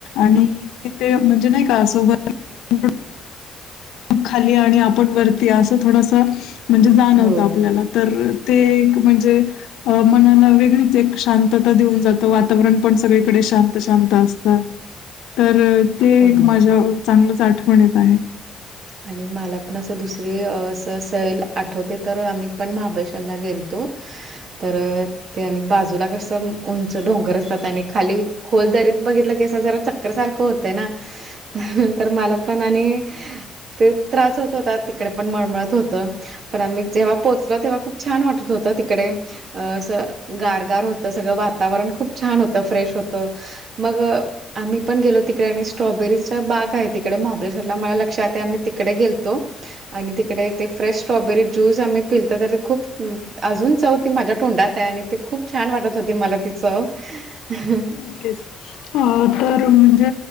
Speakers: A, on the left (about 80°); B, on the right (about 55°).
A: आणि तिथे म्हणजे नाही का सोबत
B: <unintelligible>
A: खाली आणि आपण वरतीया असं थोडस म्हणजे जाणवतं
B: हो,
A: आपल्याला तर ते एक म्हणजे अ मनाला वेगळीच एक शांतता देऊन जातं वातावरण पण सगळीकडे शांत शांत असतं. तर ते
B: हो.
A: एक माझ्या चांगलंच आठवणीत आहे.
B: आणि मला पण असं दुसरी असं सैल आठवते तर आम्ही पण महाबळेश्वरला गेलतो. तर ते आणि बाजूला कस उंच डोंगर असतात आणि खाली खोल दरीत बघितलं अस जरा चक्कर सारखं होतंय ना अह तर मला पण आणि ते त्रास होत होता तिकडे पण मळमळत होत. तर आम्ही जेव्हा पोहोचलो तेव्हा खूप छान वाटत होत तिकडे अ अस गारगार होत सगळं वातावरण खूप छान होतं फ्रेश होतं. मग आम्ही पण गेलो तिकडे आणि स्ट्रॉबेरीचा बाग आहे तिकडे महाबळेश्वरला मला लक्षात आहे आम् तिकडे गेलतो. आणि तिकडे ते फ्रेश स्ट्रॉबेरी ज्यूस आम्ही पिलतो तर खूप अजून चौ ती माझ्या तोंडात आहे आणि ते खूप छान वाटत होते मला ति चव अह
A: म्हटलेच. हा तर म्हणजे